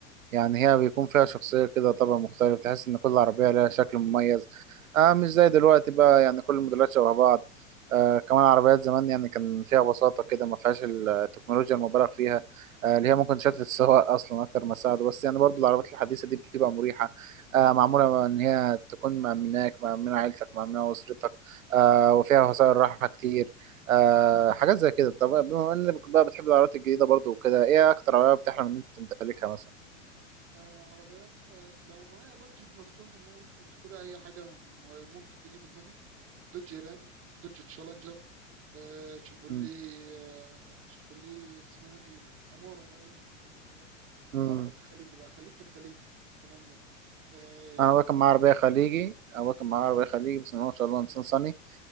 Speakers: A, on the right (about 85°); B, on the right (about 35°).
A: يعني هي بيكون فيها شخصية كده طبع مختلف تحس إن كل عربية لها شكل مميز آه مش زي دلوقتي بقى يعني كل الموديلات شبه بعض آه كمان عربيات زمان يعني كان فيها بساطة كده ما فيهاش التكنولوجيا المبالغ فيها آه اللي هي ممكن شتت السواق أصلا أكتر ما تساعده بس يعني برضو العربيات الحديثة دي بتبقى مريحة آه معمولة إن هي تكون مأمناك مأمنة عيلتك مأمنة أسرتك آه وفيها وسائل راحة كتير آه حاجات زي كده طب بما إنك بقى بتحب العربيات الجديدة برضو وكده إيه أكتر عربية بتحلم إن أنت تمتلكها مثلا؟
B: آه عربيات آه لو معايا بادجت مفتوح ان انا ممكن اشتري اي حاجة من- ممكن تيجي في دماغي دوج رام دوج تشالنجر آه تشيفولي
A: مم.
B: آه تشيفولي اسمها ايه كامارو باين حاجة زي كده
A: مم.
B: والعربيات الخليجي بقى خليك في الخليجي الكلام ده آه
A: انا ابويا كان معاه عربيه خليجي ابويا كان معاه عربيه خليجي بس ما شاء الله نيسان صني